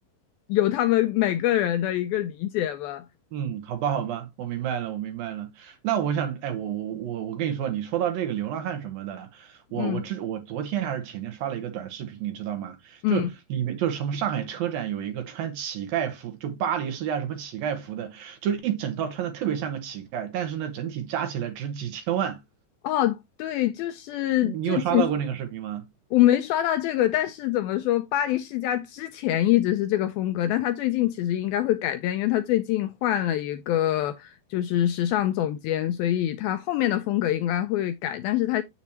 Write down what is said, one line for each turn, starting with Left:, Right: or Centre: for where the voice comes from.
Left: 有他们每个人的一个理解吧。
Right: 嗯，好吧，好吧，我明白了，我明白了。那我想，哎，我我我我跟你说，你说到这个流浪汉什么的，我我之我昨天还是前天刷了一个短视频，
Left: 嗯
Right: 你知道吗？
Left: 嗯
Right: 就里面就是什么上海车展有一个穿乞丐服，就巴黎世家什么乞丐服的，就是一整套穿的特别像个乞丐，但是呢，整体加起来值几千万。
Left: 哦，对，就是这其实。
Right: 你有刷到过那个视频吗？
Left: 我没刷到这个，但是怎么说，巴黎世家之前一直是这个风格，但他最近其实应该会改变，因为他最近换了一个就是时尚总监，所以他后面的风格应该会改。但是他